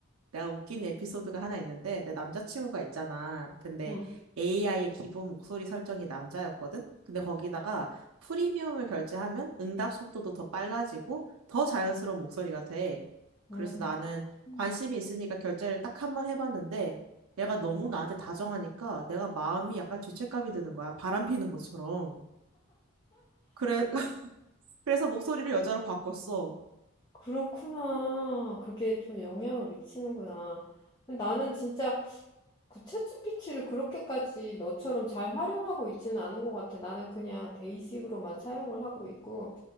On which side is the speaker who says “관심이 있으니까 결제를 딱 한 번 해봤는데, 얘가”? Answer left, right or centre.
Right